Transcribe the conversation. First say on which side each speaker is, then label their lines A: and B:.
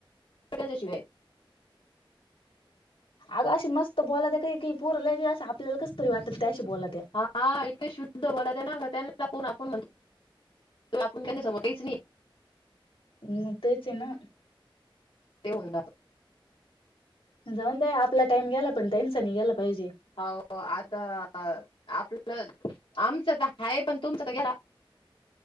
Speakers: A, on the left (about 65°); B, on the left (about 80°).
A: त्याच्याशिवाय
B: अगं अशी मस्त बोलात काही काही परला असं आपल्याला कस तरी वाटत त्याशी बलात्या
A: हा इतके शुद्ध बोलात ना त्यांना प आपण म्हण तो आपण त्यांना समोयच नाही
B: म तच ना
A: ते उत
B: जाऊन द आपला टाइम गेला पण त्यांनचानी गेला पाहिजे
A: हो आता आपलं आमचं तर हा पण तुमचं तर घरा